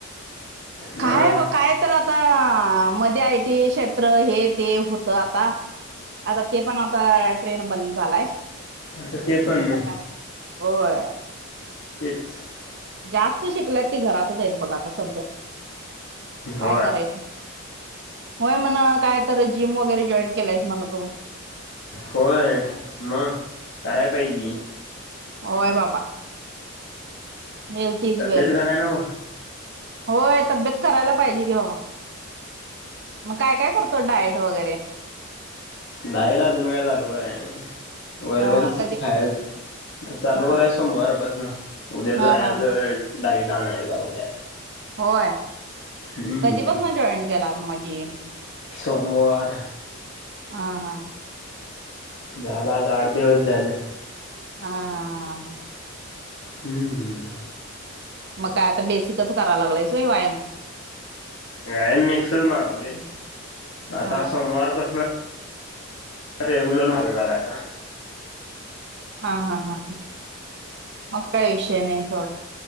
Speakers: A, on the right; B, on the left.
A: काय
B: मग
A: ब काय तर आता मध्ये आयटी क्षेत्र हे ते होतं आता, आता ते पण आता ट्रेंड बंद झालाय.
B: आता ते पण
A: आता
B: नाही.
A: काय होय
B: <inaudible>
A: जास्त शिकल्यात ती घरातच आहेत बघ आता सध्या.
B: होय
A: काय करायचं? होय म्हणं काय तर जिम वगैरे जॉईन केलायस म्हण तू?
B: होय म कराय पाहिजे.
A: ओय बाबा. हेल्थ इज
B: तब्येत
A: वेल्थ.
B: कराय नव
A: होय तब्येत करायला पाहिजे कि बावा. मग काय काय करतो डायट? वगैरे
B: डायट अजून काय जालू कराय नई. वरवरचंच
A: हा हा कधी
B: खाय त चालू
A: हा
B: कराय सोमवारपासनं, उद्या
A: हा
B: जायचं
A: हा
B: डायट आणायला उद्या.
A: होय,
B: हम्म
A: कधीपसनं जॉईन केला मजी?
B: सोमवार
A: हा हा
B: झाला आता आठ दिवस झालं.
A: हां-हां-हां-हां
B: हम्म-हम्म
A: मग काय आता बेसिकच कराय लागलायस वय वायाम.
B: नाई मिक्सच मारालोय.
A: हा
B: आता सोमवारपसनं रेगूलर <unintelligible> कराय.
A: हां-हां-हां-हां, मग काय विषय नाई. हो